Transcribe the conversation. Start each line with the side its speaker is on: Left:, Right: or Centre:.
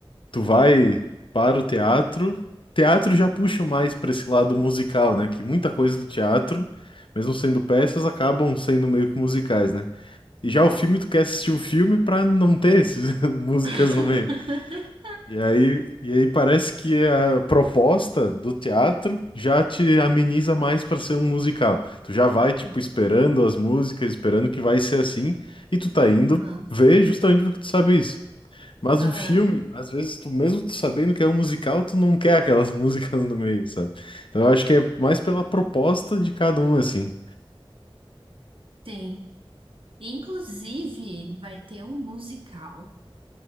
Left: tu vai para o teatro, teatro já puxa mais para esse lado musical, né? Que muita coisa do teatro, mesmo sendo peças, acabam sendo meio que musicais, né? E já o filme, tu quer assistir o filme para não ter essas <laughs> músicas
Right: <laughs>
Left: no meio. E aí, e aí parece que a proposta do teatro já te ameniza mais para ser um musical. Tu já vai, tipo,
Right: Hum,
Left: esperando as músicas, esperando que vai ser assim, e tu tá indo
Right: Aham,
Left: ver justamente porque tu sabe isso. Mas
Right: aham,
Left: um filme, às vezes, tu mesmo tu sabendo que é um musical, tu não quer aquelas <laughs> músicas no meio, sabe? Então eu acho que é mais pela proposta de cada um, assim.
Right: tem. Inclusive, vai ter um musical